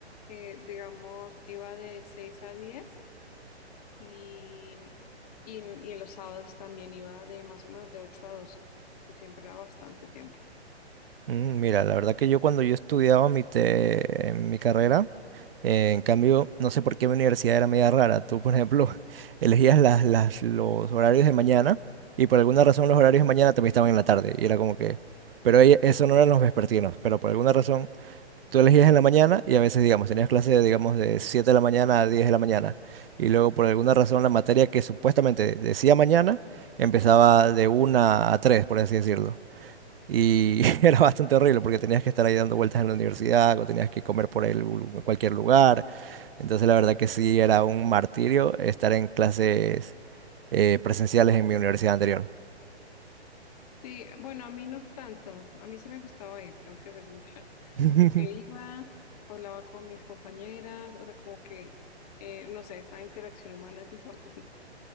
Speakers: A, on the left (about 35°); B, on the right (about 60°).
A: eh, digamos, iba de seis a diez Y, y, en y en los sábados también iba de más o menos de ocho a doce pues siempre era bastante tiempo.
B: Mm, Mira, la verdad que yo cuando yo estudiaba mi, te- en mi carrera, eh, en cambio, no sé por qué mi universidad era media rara. Tú, por ejemplo, <laughs> elegías las, las, los horarios de mañana y por alguna razón los horarios de mañana también estaban en la tarde. Y era como que... Pero ahí- eso no eran los vespertinos, pero por alguna razón tú elegías en la mañana y a veces, digamos, tenías clase, digamos, de 7 de la mañana a 10 de la mañana. Y luego, por alguna razón, la materia que supuestamente decía mañana empezaba de una a 3 por así decirlo. Y <laughs> era bastante horrible porque tenías que estar ahí dando vueltas en la universidad o tenías que comer por ahí lu- en lu- cualquier lugar. Entonces, la verdad que sí era un martirio estar en clases eh, presenciales en mi universidad anterior.
A: Sí, bueno, a mí no tanto. A mí sí me gustaba ir, tengo que ser sincera. <laughs>
B: <laughs>
A: Porque iba, hablaba con mis compañeras, o sea, como que, eh, no sé, esa interacción humana es importante. <laughs>